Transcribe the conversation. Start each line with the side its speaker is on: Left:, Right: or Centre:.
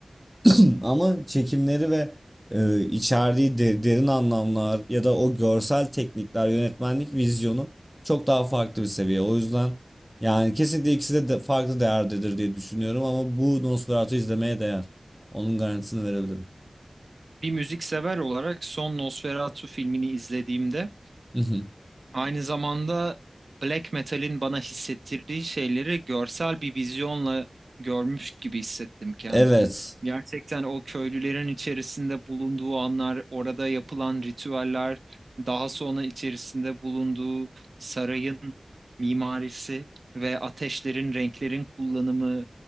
Centre: <clears throat> ama çekimleri ve e, içeriği de- derin anlamlar ya da o görsel teknikler, yönetmenlik vizyonu çok daha farklı bir seviye. O yüzden yani kesinlikle ikisi de, de farklı değerdedir diye düşünüyorum ama bu Nosferatu izlemeye değer. Onun garantisini verebilirim.
Right: Bir müzik sever olarak son Nosferatu filmini izlediğimde
Centre: <laughs>
Right: Aynı zamanda black metal'in bana hissettirdiği şeyleri görsel bir vizyonla görmüş gibi hissettim kendimi.
Centre: Evet.
Right: Gerçekten o köylülerin içerisinde bulunduğu anlar, orada yapılan ritüeller, daha sonra içerisinde bulunduğu sarayın mimarisi ve ateşlerin, renklerin kullanımı,